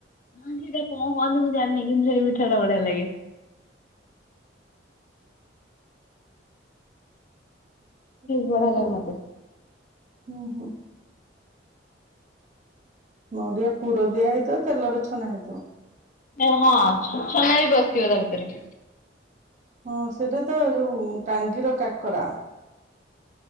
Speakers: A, on the left; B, on the right.
A: ହଁ ସେଇଟା କଣ କହନ୍ତି ମୁ ଜାଣିନି କିନ୍ତୁ ସେହି ମିଠା ଟା ବଢିଆ ଲାଗେ।
B: କୁଟୁ
A: ବଢିଆ ଲାଗେ
B: କୁଟୁ
A: ମତେ।
B: ହୁଁ ହୁଁ। ନଡ଼ିଆ ପୁର ଦିଆ ହେଇଥିବ ତେଲରେ ଛଣା ହେଇଥିବ।
A: ଏ ହଁ ଛନା ବି ବସିଥିବ ତା ଭିତରେ
B: ହଁ ସେଟା ତ ଯୋଉ ଟାଙ୍ଗିର କାକରା।